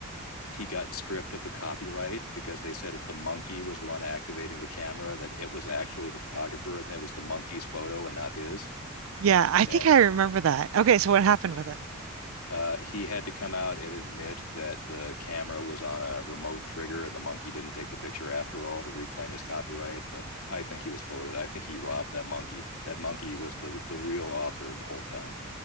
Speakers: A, on the left (about 85°); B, on the right (about 70°).
A: he got stripped of the copyright because they said if the monkey was the one activating the camera, that it was actually the photographer and it was the monkey's photo and not his.
B: yeah, I think
A: And
B: I remember that. Okay, so what happened with it?
A: Uh, he had to come out and admit that the camera was on a remote trigger and the monkey didn't take the picture after all to reclaim his copyright. But I think he was full of it. I think he robbed that monkey. That monkey was the the real author the whole time.